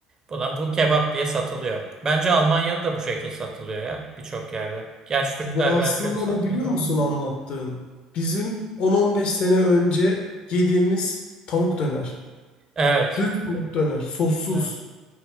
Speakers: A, on the right (about 30°); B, on the left (about 50°).
A: buna bu kebap diye satılıyor. Bence Almanya'da da bu şekil satılıyor ya birçok yerde. Gerçi Türkler
B: Bu
A: belki
B: aslında
A: öyle satmıyordur
B: ne biliyor musun
A: ama.
B: anlattığın? Bizim 10-15 sene önce yediğimiz tavuk döner.
A: Evet.
B: Düz tavuk döner, sossuz.
A: Evet.